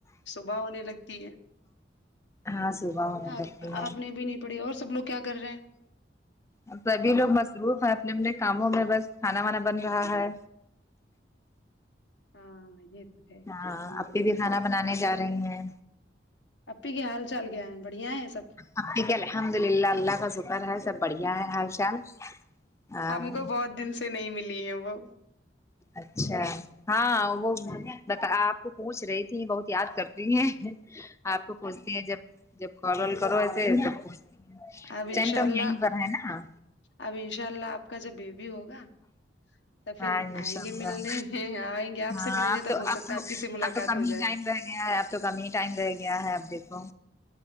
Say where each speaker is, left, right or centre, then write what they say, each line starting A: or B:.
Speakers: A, on the left; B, on the left.
A: با ہونے لگتی ہے
B: ہاں صبح ہونے
A: آ
B: لگتی
A: آپ نے بھی نہیں بڑھیا اور سب لوگ کیا کر رہے ہیں
B: ا سبھی لوگ مصروف ہیں اپنے اپنے کاموں میں بس کھانا وانا بن رہا ہے
A: ہاں یہ تو ہے کھانا
B: ہاں آپی
A: وانا
B: بھی
A: بن
B: کھانا بنانے جا رہی ہیں
A: آپپی کی حال چال کیا ہے بڑھیا ہے سب
B: اب ٹھیک ہے الحمد للہ اللہ کا شکر ہے سب بڑھیا ہے حال چال آ ہاں
A: ہم کو بہت دن سے نہیں ملی ہے وہ
B: اچھا ہاں وہ بتا آپ کو پوچھ رہی تھی بہت یاد کرتی ہیں آپ کو پوچھتی ہے جب جب کال وال کرو ایسے سب پوچھ
A: اب انشاء
B: جنٹم
A: اللہ
B: یہیں بنا ہے نا
A: اب انشاء اللہ آپ کا جب بیبی ہوگا تو پھر
B: ہاں انشاء
A: آئیں
B: اللہ
A: گے ملنے آئیں گے آپ
B: ہاں
A: سے ملنے
B: اب
A: تب
B: تو
A: ہو
B: اب
A: سکتا
B: تو
A: ہے آپی سے ملاقات
B: اب تو کم
A: ہو
B: ہی
A: جائے
B: ٹائم رہ گیا ہے اب تو کم ہی ٹائم رہ گیا ہے اب دیکھو